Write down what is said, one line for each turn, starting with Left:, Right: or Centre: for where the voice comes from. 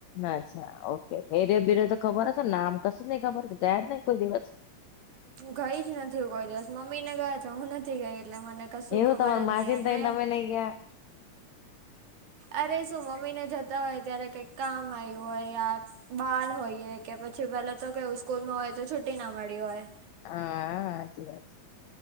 Left: અચ્છા ઓકે એરે બીરે તો ખબર હશે નામ કશું નઈ ખબર ગયા જ નહી કોઈ દિવસ.
Right: ગઈ જ નથી કોઈ દિવસ મમ્મી ને ગયા છે હું નથ થી ગઈ એટલે મને કશું
Left: એવું
Right: ખબર
Left: તમાર
Right: જ
Left: માસીને
Right: નઈ અને
Left: થઈને તમે નઈ ગયા
Right: અરે! શું મમ્મી ને જતા હોય ત્યારે કે કામ આયુ ઓય યાર બાર હોઈએ કે પછી પેલા તો કેવું સ્કૂલમાં હોય તો છુટી ના મળી હોય.
Left: હા આ હાચી વાત છે.